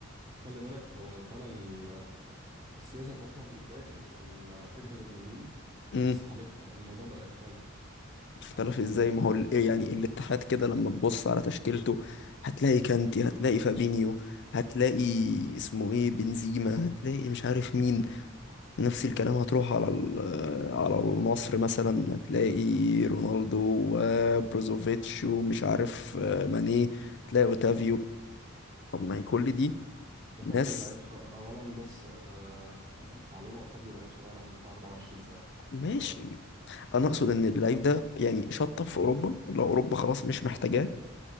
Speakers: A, on the right (about 30°); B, on the left (about 60°).
A: فخلي بالك هو فعلا ال- السياسه بتاعتهم في البدايه كانت ال- فكره النجوم
B: امم.
A: بس حاليا الموضوع بقى يختلف
B: اختلف
A: يعني
B: ازاي ما هو
A: آه،
B: ال- إيه يعني الاتحاد كده لما تبص على تشكيلته هتلاقي كانتي هتلاقي فابينيو هتلاقي اسمه ايه بنزيما هتلاقي مش عارف مين نفس الكلام هتروح على ال- على النصر مثلا هتلاقي رونالدو وبروزوفيتش ومش عارف آه، ماني هتلاقي اوتافيو طب ما هي كل دي
A: اوتافيو
B: ناس
A: لعيب صغ- اولا بس آه، معلومه اوتافيو لعيب صغير عنده بتاع 24 سنه
B: ماشي
A: آه،
B: انا اقصد ان اللعيب ده يعني شطب في اوروبا لو اوروبا خلاص مش محتاجاه